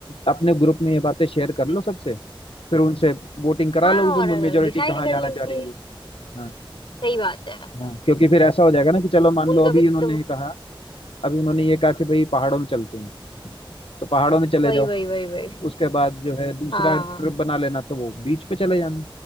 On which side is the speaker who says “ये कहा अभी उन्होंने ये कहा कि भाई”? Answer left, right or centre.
Left